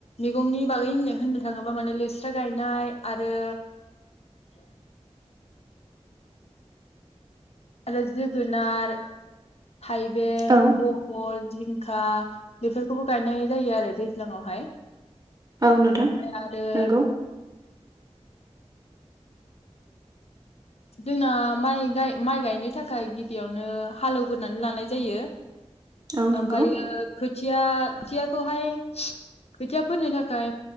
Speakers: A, on the left; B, on the right.
A: मैगंनि बागै होन्नो-होन्नो थांङोबा माने लेस्रा गायनाय आरो आरो जोगोनार, थाइबें,
B: औ
A: बहल, जिं खा बेफोरखौबो गायनाय जायो आरो दैज्लांआव हाय।
B: औ नोंथां
A: ओमफ्राय आरो
B: नंगौ
A: जोंना माइ गाय माइ गायनो थाखाय गिबियावनो हालोवग्रोना लानाय जायो।
B: औ नंगौ
A: ओमफ्रायो खोथिया खोथियाखौहाय खोथिया फोनो थाखाय